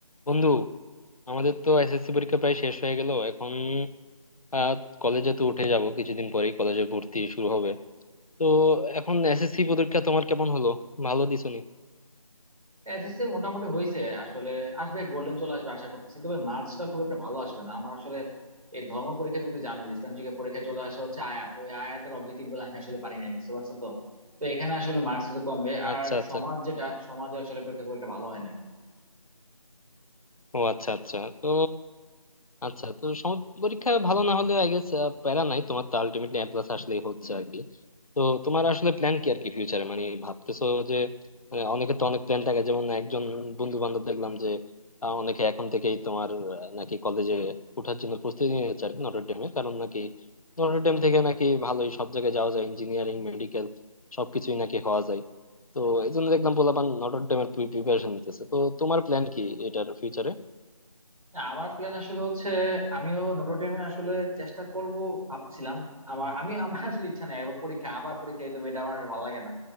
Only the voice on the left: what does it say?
বন্ধু আমাদের তো এসএসসি পরীক্ষা প্রায় শেষ হয়ে গেল এখন আহ, কলেজে তো উঠে যাব কিছুদিন পরেই কলেজে ভর্তি শুরু হবে তো এখন এসএসসি পরীক্ষা তোমার কেমন হলো ভালো দিছনি
আচ্ছা আচ্ছা
ও আচ্ছা আচ্ছা তো আচ্ছা তো সম- পরীক্ষা ভালো না হলে আই গেস প্যারা নাই তোমার তো আলটিমেটলি এ প্লাস আসলেই হচ্ছে আর কি তো তোমার আসলে প্ল্যান কি আর কি ফিউচারে মানে ভাবতেছো যে মানে অনেকে তো অনেক প্ল্যান থাকে যেমন একজন বন্ধু বান্ধব দেখলাম যে আহ, অনেকে এখন থেকেই তোমার আহ, নাকি কলেজে ওঠার জন্য প্রস্তুতি নিয়ে যাচ্ছে আর কি নটর ডেমে কারণ নাকি নটর ডেম থেকে নাকি ভালোই সব জায়গায় যাওয়া যায় ইঞ্জিনিয়ারিং মেডিকেল সবকিছুই নাকি হওয়া যায় তো এই জন্য দেখলাম পোলাপান নটর ডেমের প্রিপারেশন নিতেছে তো তোমার প্ল্যান কি এটার ফিউচারে